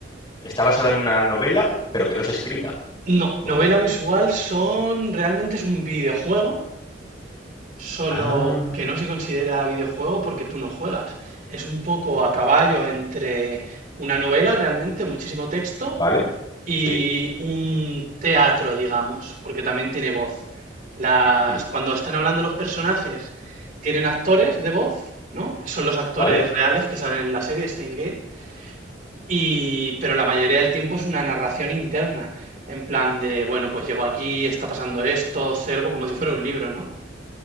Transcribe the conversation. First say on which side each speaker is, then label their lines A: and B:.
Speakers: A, on the left; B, on the right.
A: está basada en una novela, pero que no es escrita.
B: No,
A: O...
B: novela visual son, realmente es un videojuego, solo
A: Ah.
B: que no se considera videojuego porque tú no juegas. Es un poco a caballo entre una novela, realmente, muchísimo texto,
A: ¿Vale?
B: y
A: Sí.
B: un teatro, digamos, porque también tiene voz. Las,
A: Mm.
B: cuando están hablando los personajes, tienen actores de voz, ¿no? Son los actores
A: ¿Vale?
B: reales que salen en la serie Steins Gate y, pero la mayoría del tiempo es una narración interna, en plan de, bueno, pues llego aquí, está pasando esto, observo como si fuera un libro, ¿no?